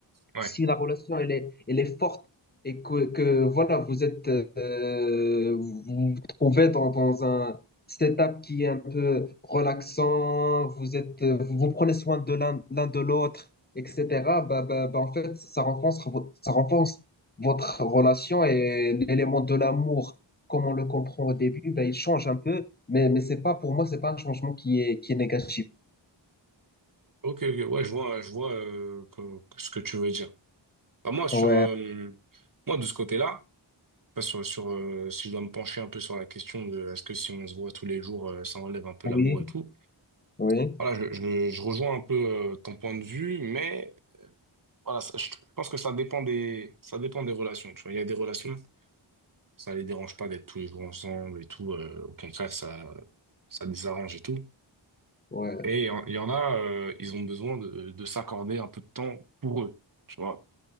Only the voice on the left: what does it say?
si la relation elle est, elle est forte et que, que, voilà, vous êtes euh, vous vous trouvez dans, dans un setup qui est un peu relaxant, vous êtes euh, vous vous prenez soin de l'un l'un de l'autre, etc. Bah, bah, bah, en fait, ça renforce vo- ça renforce votre relation et l'élément de l'amour, comme on le comprend au début, bah, il change un peu, mais mais c'est pas pour moi, c'est pas un changement qui est qui est négatif.
Ouais,
oui,
oui,
ouais,